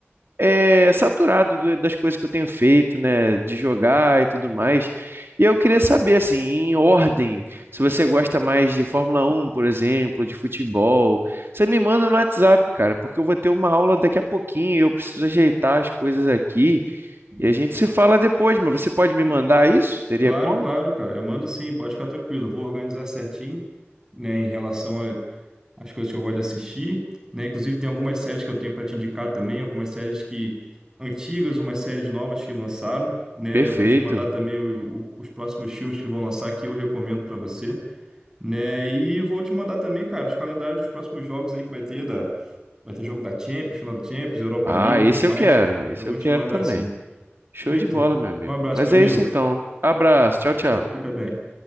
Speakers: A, on the right (about 60°); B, on the right (about 15°).
A: é, saturado do- das coisas que eu tenho feito, né, de jogar e tudo mais. E eu queria saber, assim, em ordem, se você gosta mais de Fórmula Um, por exemplo, de futebol, você me manda no WhatsApp, cara, porque eu vou ter uma aula daqui a pouquinho e eu preciso ajeitar as coisas aqui e a gente se fala depois, mas você pode me mandar isso? Teria
B: Claro,
A: como?
B: claro, cara. Eu mando sim, pode ficar tranquilo. Eu vou organizar certinho, né, em relação a- às coisas que eu gosto de assistir, né? Inclusive tem algumas séries que eu tenho para te indicar também, algumas séries que antigas, umas séries novas que lançaram, né?
A: Perfeito.
B: Eu vou te mandar também o- o- os próximos filmes que vão lançar que eu recomendo para você, né? E vou te mandar também, cara, os calendários dos próximos jogos aí que vai ter da vai ter jogo da Champions, final da Champions, Europa
A: Ah,
B: League e
A: esse
B: tudo mais.
A: eu quero, esse
B: Eu vou
A: eu
B: te
A: quero
B: mandar
A: também.
B: assim.
A: Show
B: Feito?
A: de bola, meu amigo.
B: Um abraço,
A: Mas
B: meu amigo.
A: é isso então. Abraço, tchau, tchau.
B: Fica bem.